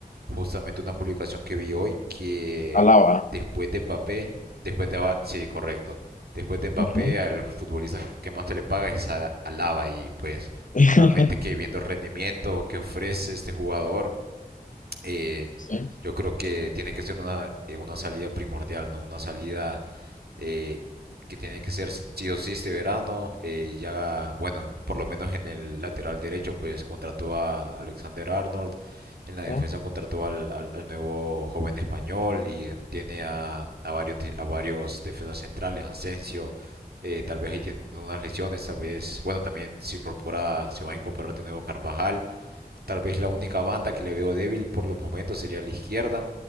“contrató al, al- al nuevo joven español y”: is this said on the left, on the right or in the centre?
Right